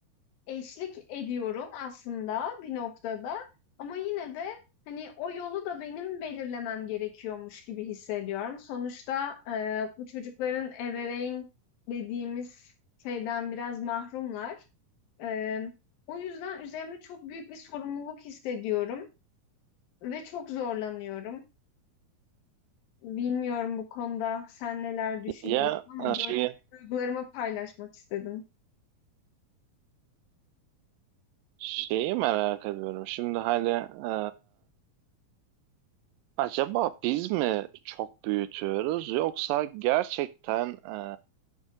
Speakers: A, on the left (about 80°); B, on the right (about 80°).
A: eşlik ediyorum aslında bir noktada ama yine de hani o yolu da benim belirlemem gerekiyormuş gibi hissediyorum. Sonuçta e, bu çocukların ebeveyn dediğimiz şeyden biraz mahrumlar. E, o yüzden üzerimde çok büyük bir sorumluluk hissediyorum ve çok zorlanıyorum. Bilmiyorum bu konuda sen neler düşünüyorsun
B: Ya
A: ama
B: e, şeyi,
A: böyle duygularımı paylaşmak istedim.
B: şeyi merak ediyorum. Şimdi hani e, acaba biz mi çok büyütüyoruz yoksa gerçekten e,